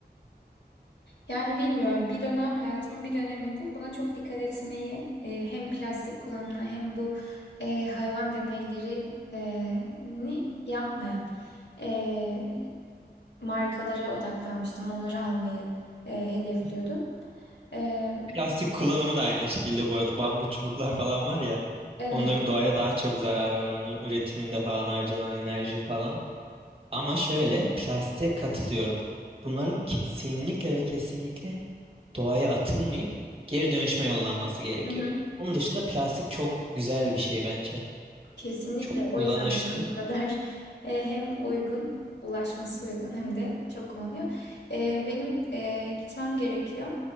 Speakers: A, on the left; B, on the right.
A: Yani bilmiyorum bir dönem hayatımın bir döneminde buna çok dikkat etmeyi e, hem plastik kullanımına hem bu e, hayvan deneyleri e, ni yapmayan e, markalara odaklanmıştım. Onları almayı e, hedefliyordum. E,
B: Plastik kullanımı da aynı şekilde bu arada. Bambu çubuklar falan var ya.
A: evet.
B: Onların doğaya daha çok zararı var. Onların üretiminde falan harcanan enerji falan. Ama şöyle plastiğe katılıyorum. Bunların kesinlikle ve kesinlikle doğaya atılmayıp geri dönüşme yollanması gerekiyor.
A: <laughs>
B: Onun dışında plastik çok güzel bir şey bence.
A: Kesinlikle.
B: Çok
A: O
B: kullanışlı.
A: yüzden zaten bu kadar e, hem uygun, ulaşması uygun hem de çok kullanılıyor. E, benim e, gitmem gerekiyor.